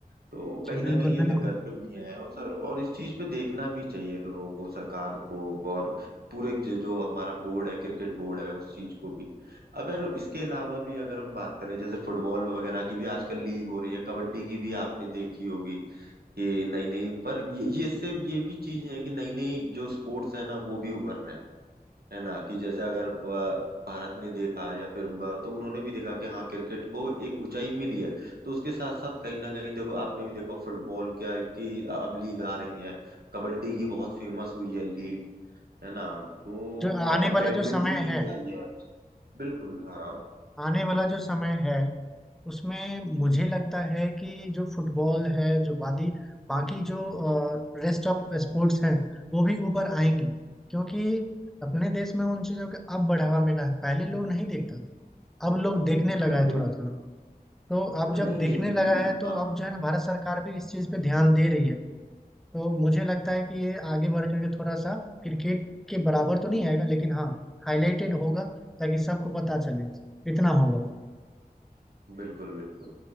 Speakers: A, on the right (about 80°); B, in the centre.
A: तो कहीं
B: जी
A: ना
B: बिल्कुल
A: कहीं ये
B: बिल्कुल
A: दिक्कतें भी हैं और सर और इस चीज पे देखना भी चाहिए लोगों को सरकार को और पूरे जो जो हमारा बोर्ड है क्रिकेट बोर्ड है उस चीज को भी अगर इसके अलावा भी अगर हम बात करें जैसे फुटबॉल वगैरह की भी आजकल लीग हो रही है कबड्डी की भी आपने देखी होगी कि नई नई पर ये ये इससे ये भी चीज है कि नई नई जो स्पोर्ट्स है ना वो भी उभर रहे हैं है ना कि जैसे अगर ब- भारत ने देखा या फिर ब- तो उन्होंने भी देखा कि हाँ क्रिकेट को एक ऊंचाई मिली है तो उसके साथ साथ कहीं ना कहीं देखो आपने भी देखा फुटबॉल क्या की अब लीग आ रही है कबड्डी की बहुत फेमस हुई है लीग है ना तो
B: जो
A: न-
B: आने
A: अब
B: वाला
A: बैडमिंटन
B: जो समय
A: की
B: है
A: भी आई है बिल्कुल हाँ
B: आने वाला जो समय है उसमें मुझे लगता है कि जो फुटबॉल है जो बादी बाकी जो रेस्ट ऑफ स्पोर्ट्स हैं वो भी ऊपर आएंगी क्योंकि अपने देश में उन चीज़ों का अब बढ़ावा मिला है पहले लोग नहीं देखता था। अब लोग देखने लगा
A: बिल्कुल
B: है थोड़ा
A: बिल्कुल
B: थोड़ा तो अब
A: नहीं
B: जब देखने
A: नहीं बिल्कुल
B: लगा है तो
A: हाँ
B: अब जो है ना भारत सरकार भी इस चीज़ पे ध्यान दे रही है तो मुझे लगता है कि ये आगे बढ़ करके थोड़ा सा क्रिकेट के बराबर तो नहीं आएगा लेकिन हाँ हाईलाइटेड होगा ताकि सबको पता चले इतना होगा
A: बिल्कुल बिल्कुल